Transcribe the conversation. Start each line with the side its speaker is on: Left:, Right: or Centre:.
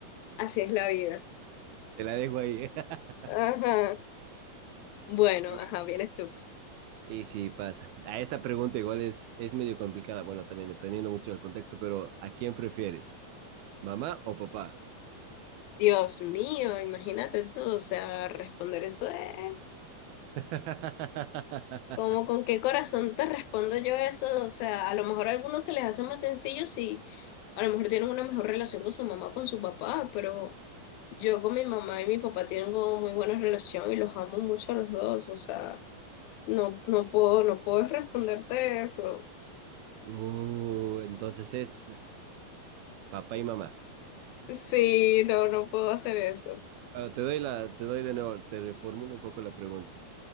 Left: así es la vida.
Right: Te la dejo ahí. <laughs>
Left: Ajá. Bueno,
Right: Y,
Left: ajá, vienes tú.
Right: y sí, pasa. A esta pregunta igual es, es medio complicada. Bueno, también dependiendo mucho del contexto, pero ¿a quién prefieres? ¿Mamá o papá?
Left: Dios mío, imagínate tú, o sea, responder eso es...
Right: <laughs>
Left: Como con qué corazón te respondo yo eso, o sea, a lo mejor a algunos se les hace más sencillo si a lo mejor tienen una mejor relación con su mamá o con su papá, pero yo con mi mamá y mi papá tengo muy buena relación y los amo mucho a los dos, o sea, no, no puedo, no puedo responderte eso.
Right: Uh, entonces es papá y mamá.
Left: Sí, no, no puedo hacer eso.
Right: Bueno, te doy la, te doy de nuevo, te reformulo un poco la pregunta.